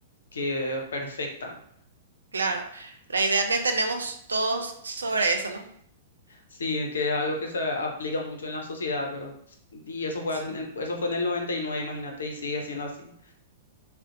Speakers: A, on the left; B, on the right.
A: que perfecta.
B: Claro, la idea que tenemos todos sobre eso, ¿no?
A: Sí, que es algo que se aplica mucho en la sociedad, ¿verdad? Y eso fue,
B: Sí,
A: hace- en- eso fue en el noventa y nueve imagínate, y sigue siendo así.